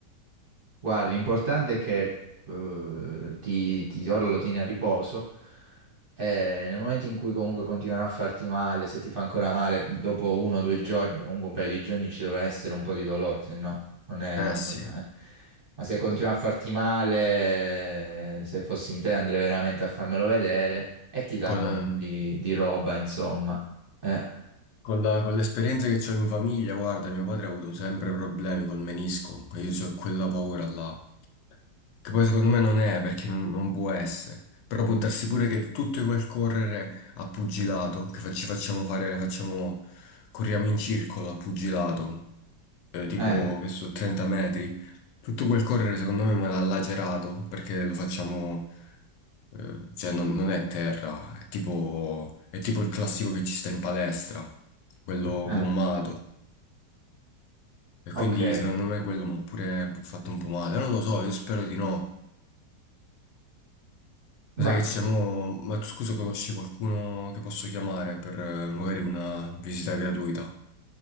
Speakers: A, on the right; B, on the left.
A: Guarda, l'importante è che eh, ti, ti ora lo tieni a riposo e nel momento in cui comunque continuerà a farti male, se ti fa ancora male dopo uno o due giorni, perché comunque un paio di giorni ci dovrà essere un po' di dolore, se no non è
B: Eh
A: una
B: sì,
A: cosa... eh. Ma se continua a farti male, se fossi in te andrei veramente a farmelo vedere e ti danno
B: con-
A: un po' di, di roba, insomma. Eh,
B: Con la- con l'esperienza che ho in famiglia, guarda, mio padre ha avuto sempre problemi col menisco e io ho quella paura là, che poi secondo me non è perché non, non può essere, però può darsi pure che tutto quel correre a pugilato, che fa- ci facciamo fare, facciamo, corriamo in circolo a pugilato, eh, tipo
A: eh,
B: che so, 30 metri. Tutto quel correre secondo me me l'ha lacerato perché lo facciamo, eh, cioè non, non è terra, è tipo, è tipo il classico che ci sta in palestra, quello
A: eh,
B: gommato. E
A: ok.
B: quindi secondo me quello mi ha pure fatto un po' male. Non lo so, io spero di no. Ma
A: Beh,
B: sai che c'è mo... Ma tu scusa, conosci qualcuno che posso chiamare per eh, magari una visita gratuita?